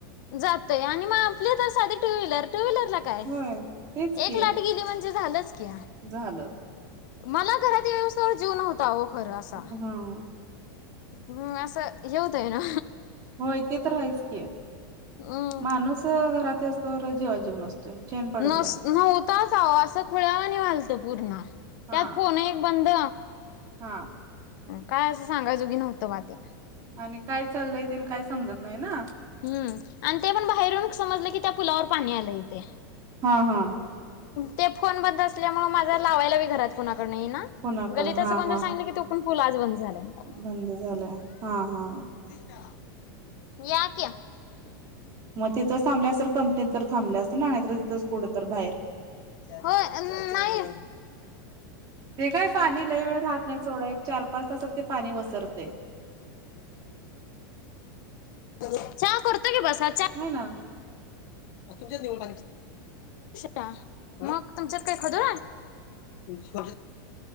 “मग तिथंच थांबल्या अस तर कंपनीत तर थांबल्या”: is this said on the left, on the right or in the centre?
Right